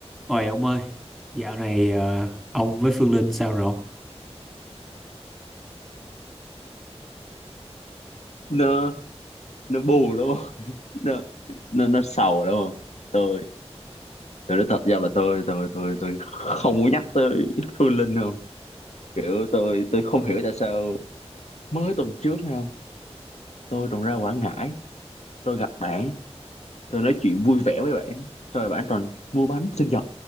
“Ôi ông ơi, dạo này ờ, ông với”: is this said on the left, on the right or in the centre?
Centre